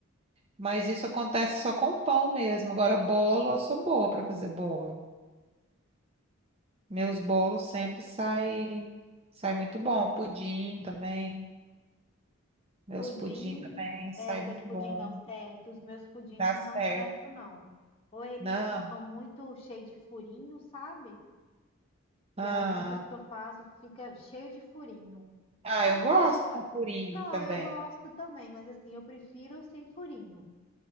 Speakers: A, on the right (about 30°); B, on the left (about 25°).
A: Mas isso acontece só com pão mesmo. Agora, bolo, eu sou boa para fazer bolo. Meus bolos sempre saem sai muito bom. Pudim também. Meus
B: Pudim,
A: pudim também sai
B: é, seus
A: muito
B: pudim
A: bom.
B: dão certo, os meus pudins
A: Dá
B: não
A: certo.
B: dão certo, não. Ou eles
A: Não.
B: ficam muito cheios de furinho, sabe?
A: Ah,
B: Geralmente os que eu faço fica cheio de furinho.
A: ah
B: Assim,
A: eu gosto
B: eu, eu-
A: com furinho
B: não,
A: também.
B: eu gosto também, mas assim, eu prefiro sem furinho.